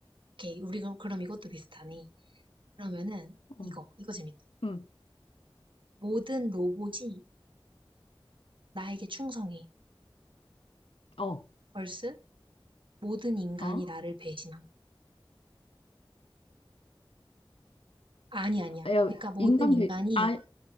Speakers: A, on the right; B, on the left.
A: 오케이, 우리 가 그럼 이것도 비슷하네. 그러면은
B: 어,
A: 이거, 이거 재밌다.
B: 음,
A: 모든 로봇이 나에게 충성해.
B: 어,
A: 벌스? 모든 인간이
B: 어?
A: 나를 배신함. 아니, 아니야.
B: 야,
A: 그러니까 모든
B: 인간
A: 인간이,
B: 배, 아,